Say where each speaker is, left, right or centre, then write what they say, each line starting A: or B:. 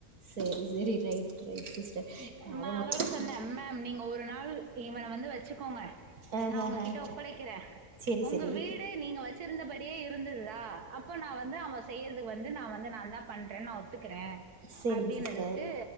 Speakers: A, on the right; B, on the right.
A: சரி சரி ரைட் ரைட் சிஸ்டர் ஆக
B: நா
A: மொத்த
B: அதோட சொன்ன மேம் நீங்க ஒரு நாள் இவன வந்து வெச்சுக்கோங்க
A: ஆஹஹ
B: நா உங்ககிட்ட ஒப்படைக்கிற
A: சரி
B: உங்க
A: சரி
B: வீடு நீங்க வெச்சிருந்தபடியே இருந்துதா அப்போ நா வந்து அவன் செய்யறக்கு வந்து நா வந்து நான்தான் பண்றனு நா ஒத்துக்கற
A: சரிங்க
B: அப்டினதுக்கு
A: சிஸ்டர்